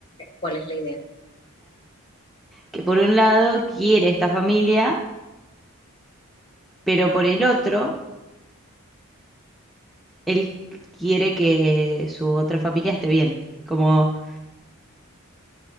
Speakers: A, on the left; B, in the centre.
A: cuál es la idea.
B: que por un lado quiere esta familia, pero por el otro él quiere que su otra familia esté bien. Como,